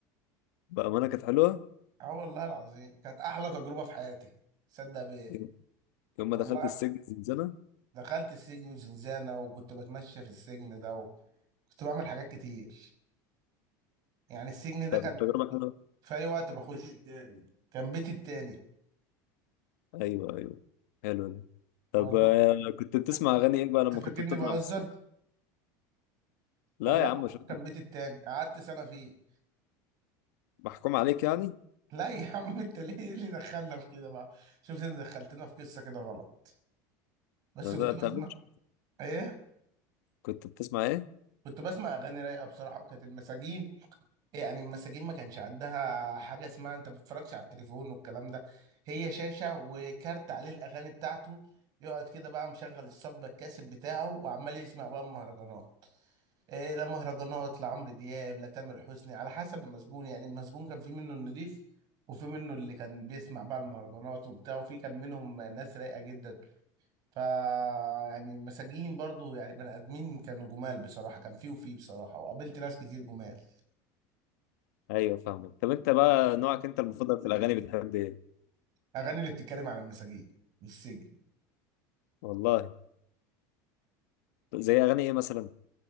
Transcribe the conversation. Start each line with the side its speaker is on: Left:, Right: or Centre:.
Left: بأمانة كانت حلوة
Right: اه والله العظيم كانت احلى تجربه في حياتي صدق بيه
Left: يوم يوم ما
Right: والله
Left: دخلت السجن الزنزانة
Right: دخلت السجن وزنزانه وكنت بتمشى في السجن ده وكنت بعمل حاجات كتير يعني السجن ده
Left: طب
Right: كان
Left: التجربة حلوة
Right: في اي وقت كان بيت بخشه التاني كان بيتي التاني
Left: ايوه ايوه حلو ده طب
Right: والله
Left: آه، كنت بتسمع
Right: ت-
Left: اغاني ايه بقى لما
Right: تفكرني
Left: كنت بتطلع
Right: بهزر
Left: من السجن لا
Right: والله
Left: يا
Right: العظيم
Left: عم شكرا
Right: كان بيتي التاني قعدت سنه فيه
Left: محكوم عليك يعني
Right: لا يا عم انت ليه إيه اللي دخلنا في كده بقى شفت انت دخلتنا في قصه كده غلط بس
Left: لا، لا،
Right: كنت
Left: انت
Right: بسمع
Left: ما كنتش-
Right: ايه
Left: كنت بتسمع ايه
Right: كنت بسمع اغاني رايقه بصراحه وكانت المساجين يعني المساجين ما كانش عندها حاجه اسمها انت ما بتتفرجش على التليفون والكلام ده هي شاشه وكارت عليه الاغاني بتاعته يقعد كده بقى مشغل الصب الكاسب بتاعه وعمال يسمع بقى مهرجانات إيه لا مهرجانات لا عمرو دياب لا تامر حسني على حسب المسجون يعني المسجون كان في منه النضيف وفي منه اللي كان بيسمع بقى المهرجانات وبتاع وفي كان منهم ناس رايقه جدا ف يعني المساجين برضو يعني بني ادمين كانوا جمال بصراحه كان فيه وفيه بصراحه وقابلت ناس كتير جمال
Left: ايوه فاهمك طب انت بقى نوعك انت المفضل في الاغاني بتحب ايه
Right: اغاني اللي بتتكلم عن المساجين والسجن
Left: والله زي اغاني ايه مثلا